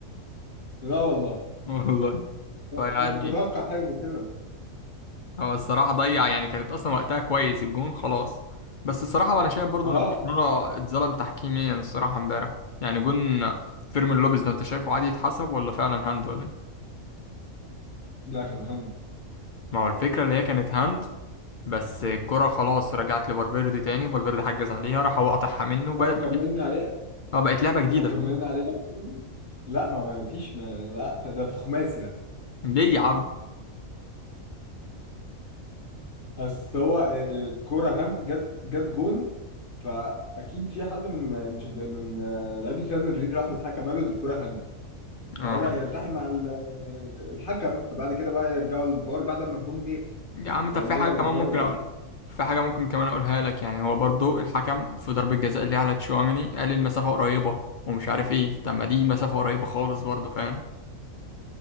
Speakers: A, on the left; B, on the left.
A: لا والله
B: <laughs> والله فيعني
A: انا كنت متوقع حاجه كده
B: هو الصراحة ضيع يعني كانت اصلا وقتها كويس الجون خلاص بس الصراحة انا شايف برضو
A: اه
B: ان برشلونة اتظلم تحكيميا الصراحة امبارح يعني جون فيرمين لوبيز ده انت شايفه عادي يتحسب ولا فعلا هاند ولا إيه؟
A: لا كان هاند
B: ما هو الفكرة اللي هي كانت هاند بس الكرة خلاص رجعت لفالفيردي تاني فالفيردي حجز عليها راح هو قطعها منه وبقت
A: او كملنا عليه
B: اه بقت لعبة جديدة
A: وكملنا
B: فاهم
A: عليه لا ما ما فيش ما لا ده في الخماسي ده
B: ليه يا عم
A: اصل هو آه، الكوره هاند جت جت جون فاكيد في حد من مشجع من آه، لعيبه ريال مدريد راح للحكم قال له دي الكوره هاند
B: اه
A: فبدأ يلتحم مع ال- الحكم فبعد كده بقى يرجعوا للفار بعد ما الجون جه
B: يا عم طب
A: فلما
B: في
A: رجع
B: حاجة
A: للفار
B: كمان ممكن
A: ولا
B: أقولها في حاجة ممكن كمان أقولها لك يعني هو برضو الحكم في ضربة جزاء اللي على تشواميني قال المسافة قريبة ومش عارف ايه طب ما دي مسافة قريبة خالص برضو فاهم